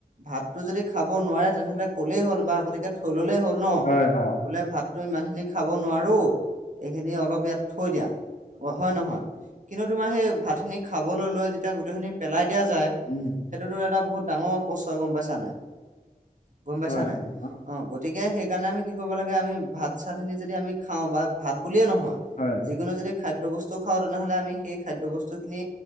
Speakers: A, on the right; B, on the left.
A: ভাতটো যদি খাব নোৱাৰে তেনেহ'লে ক'লেই হ'ল বা গতিকে থৈ ললেই হ'ল ন,
B: হয় হয়
A: বোলে ভাতটো ইমানখিনি খাব নোৱাৰো এইখিনি অলপ ইয়াত থৈ দিয়া। অ হয় নহয়? কিন্তু তোমাৰ সেই ভাতখিনি খাবলৈ লৈ যেতিয়া গোটেইখিনি পেলাই দিয়া যায়
B: উম
A: সেইটোতো এটা বহুত ডাঙৰ অপচয় গম পাইছা নাই, গম পাইছা
B: হয়
A: নাই?
B: হয়
A: অ গতিকে সেইকাৰণে আমি কি কৰিব লাগে আমি ভাত চাতখিনি যদি আমি খাওঁ বা ভাত বুলিয়ে নহয়
B: হয়
A: যিকোনো যদি খাদ্য বস্তু খাওঁ তেনেহলে আমি সেই খাদ্যবস্তু খিনি